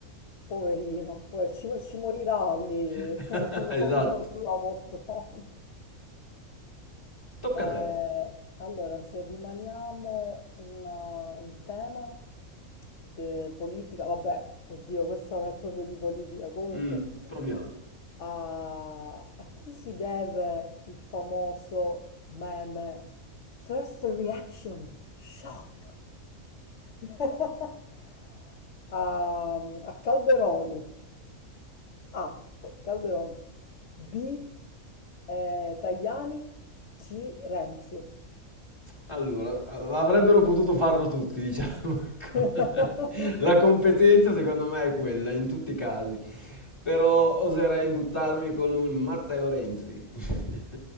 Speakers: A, on the left; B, on the left.
A: poverino, poi ci, ci morirà lì
B: <laughs>
A: <laughs> proprio
B: Esatto.
A: sulla poltrona.
B: Tocca
A: Eh,
B: a te.
A: allora, se rimaniamo in, eh, in tema eh, politica, vabbè, oddio, questo non è proprio di politica, comunque,
B: Mm, proviamo.
A: a, a chi si deve il famoso meme First Reaction Shock? <laughs> A, a Calderoli. A. Calderoli. B. eh, Tajani. C. Renzi.
B: Allora, a avrebbero potuto farlo tutti, diciamo, <laughs> ecco.
A: <laughs>
B: La competenza secondo me è quella, in tutti i casi. Però oserei buttarmi con un Matteo Renzi. <laughs>